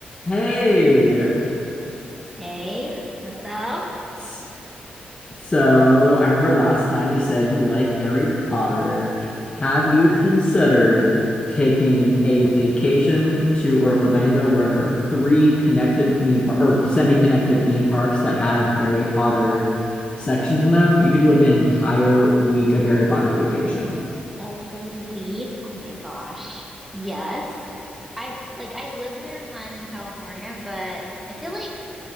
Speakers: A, on the left; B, in the centre.
A: Hey,
B: Hey, what's up?
A: S- so I remember last time you said you like Harry Potter. Have you considered taking a vacation to Orlando where there are three connected theme par or semi-connected theme parks that have Harry Potter sections in them? You could do like an entire week of Harry Potter vacation.
B: A whole week? Oh my gosh. Yes. I like I live near one in California, but I feel like